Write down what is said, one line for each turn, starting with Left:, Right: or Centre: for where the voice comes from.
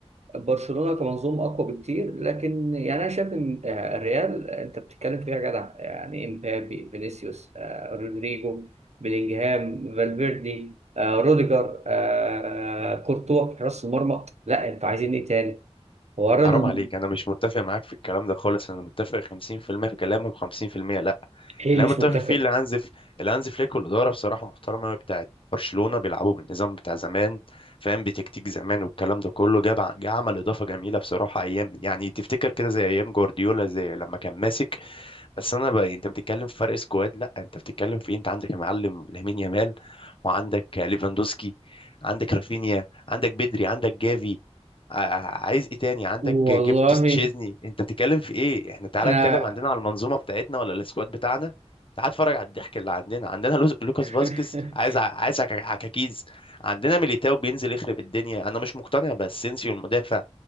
Right: برشلونة كمنظومة أقوى بكتير لكن يعني أنا شايف إن آه، الريال آه، أنت بتتكلم فيها جدع يعني إمبابي فينيسيوس آه، رودريجو بيلينجهام فالفيردي آه، روديجر آه، كورتوا في حراس المرمى لا أنتوا عايزين إيه تاني؟ ورا ال...
Left: حرام عليك انا مش متفق معاك في الكلام ده خالص انا متفق 50% في المية في كلامك و50% لا
Right: إيه
Left: اللي
Right: اللي
Left: انا
Right: مش
Left: متفق
Right: متفق؟
Left: فيه اللي هانزف اللي هانز فليك والاداره بصراحه محترمه أوي بتاعت برشلونه بيلعبوا بالنظام بتاع زمان فاهم بتكتيك زمان والكلام ده كله جاب ع- جا عمل اضافه جميله بصراحه ايام يعني تفتكر كده زي ايام جوارديولا زي لما كان ماسك بس انا بقى انت بتتكلم في فرق سكواد لا انت بتتكلم في إيه؟ انت عندك يا معلم لامين يامال وعندك ليفاندوسكي عندك رافينيا عندك بدري عندك جافي ع- عايز ايه تاني عندك
Right: والله
Left: جبتوس تشيزني انت بتتكلم في ايه احنا تعالى
Right: انا
Left: اتكلم عندنا على المنظومه بتاعتنا ولا السكواد بتاعنا تعال اتفرج على الضحك اللي عندنا عندنا لوس- لوكاس فاسكيز
Right: <laughs>
Left: عايز ع- عايز عك- عكاكيز عندنا ميليتاو بينزل يخرب الدنيا انا مش مقتنع باسينسيو المدافع